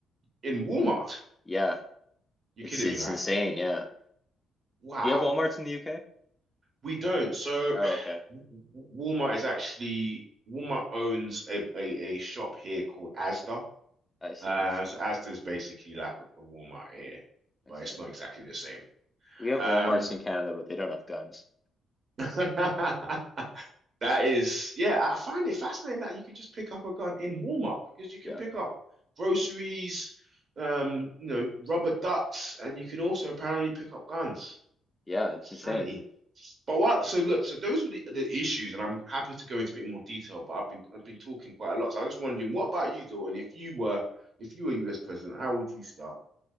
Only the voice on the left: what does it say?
Yeah.
It's
it's
insane, yeah.
Do you have Walmarts in the UK?
Oh, okay.
I see,
I see.
I
see.
We have
Walmarts in Canada, but they don't have guns.
Yeah.
Yeah, it's
insane.